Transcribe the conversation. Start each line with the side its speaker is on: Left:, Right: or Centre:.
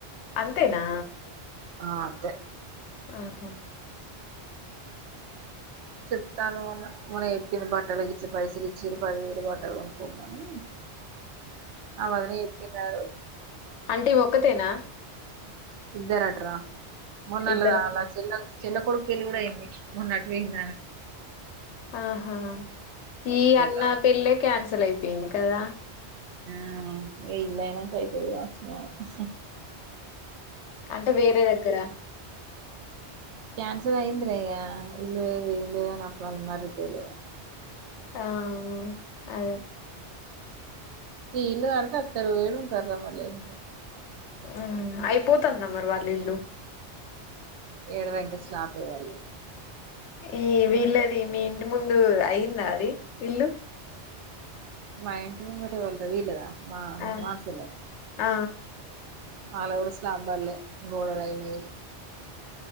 Left: అంతేనా
Right: ఆ అంతే
Left: ఆహా
Right: చెప్తాను మొన్న మొన్న చెపింది బట్టలకి ఇట్లా పైసలు ఇచ్చీరు పదివేలు బట్టలు కొనుకోమని ఆ వదిన చెపింది సారు
Left: అంటే ఒకతేనా
Right: ఇద్దర అటారా మొన్న
Left: ఇద్దరు
Right: ఎళ్లదా అలా చెల్లెల్ చెల్ల కొడుకు పెళ్ళి కూడా అయింది మొన్న అటుపోయిందా
Left: ఆహా ఈ అన్న
Right: తమ్ముడు
Left: పెళ్లే కాన్సల్ అయిపొయింది కదా
Right: ఆ వేలాది అయినాక అయితది కావచ్చు ఆ
Left: అంటే వేరే దగ్గర
Right: క్యాన్సల్ అయిందిరా ఇగా ఇల్ లేదు ఇల్ లేద నాప్పులా అ మ పోయిలేద
Left: ఆ అదే
Right: ఈ ఇల్లు కడితే అత్తర ఎడా ఉంటారురా మళ్ళీ ము
Left: ఉమ్ అయిపోతుందా మరి వాల్ ఇల్లు
Right: ఎడరంకా వచ్చినా ఆపేవాలు లేరు
Left: ఈ వీల్ళది మీ ఇంటి ముందు అయిందా అది ఇల్లు
Right: మా ఇంటి ముగట ఎవరిది వీలదా మా
Left: ఆ
Right: మాస్కులు
Left: ఆ
Right: ఆళగూడ స్లంబాలే గోడలైని